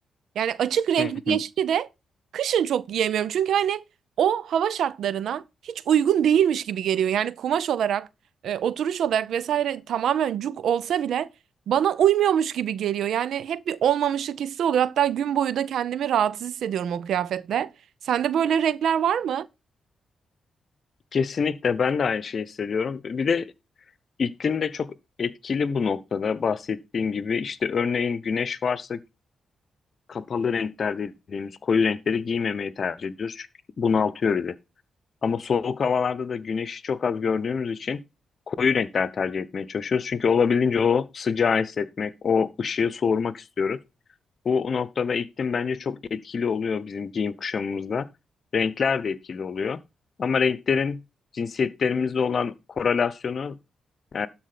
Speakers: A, on the right (about 80°); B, on the left (about 50°).
A: Yani açık renk
B: Hı
A: bir
B: hı.
A: yeşili de kışın çok giyemiyorum. Çünkü hani o hava şartlarına hiç uygun değilmiş gibi geliyor. Yani kumaş olarak, e, oturuş olarak vesaire tamamen cuk olsa bile bana uymuyormuş gibi geliyor. Yani hep bir olmamışlık hissi oluyor. Hatta gün boyu da kendimi rahatsız hissediyorum o kıyafetle. Sende böyle renkler var mı?
B: Kesinlikle ben de aynı şeyi hissediyorum. Bir de iklim de çok etkili bu noktada bahsettiğim gibi. işte örneğin güneş varsa kapalı renkler dediğimiz koyu renkleri giymemeyi tercih ediyoruz. Çünkü bunaltıyor bizi. Ama soğuk havalarda da güneşi çok az gördüğümüz için koyu renkler tercih etmeye çalışıyoruz. Çünkü olabildiğince o sıcağı hissetmek, o ışığı soğurmak istiyoruz. Bu noktada iklim bence çok etkili oluyor bizim giyim kuşamımızda. Renkler de etkili oluyor. Ama renklerin cinsiyetlerimizle olan korelasyonu e,